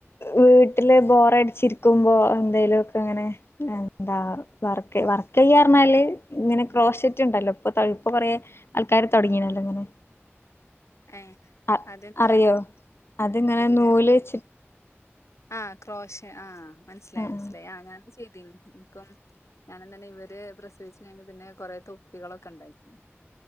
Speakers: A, on the left; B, on the left.
A: വീട്ടില് ബോറ ചിരിക്കുമ്പോ എന്തേലൊക്കെങ്ങനെ എന്താ വർക്കെ വർ കൈ പറഞ്ഞാല് ഇങ്ങനെ ക്രോസ് സെറ്റ്ണ്ടല്ലോ ഇപ്പൊ ഇപ്പൊ കൊറേ ആൾക്കാാര് തൊടങ്ങിണല്ലോ ഇങ്ങനെ
B: <inaudible> ഏ
A: അ
B: അതെന്താ
A: അറിയോ അതിങ്ങനെ
B: ഇല്ല
A: നൂല് വെച്ചിട്ട്
B: ആ ക്രോശ ആ മനസ്സിലായി
A: ആഹ്
B: മനസ്സിലായി ആഞാനത് ചെയ്തീനു ൻക്കും ഞാനുംതെന്നെ ഇവരെ പ്രസവിച്ചു കഴിഞ് പിന്നെ കൊറേ തൊപ്പികളൊക്കെണ്ടാക്കി.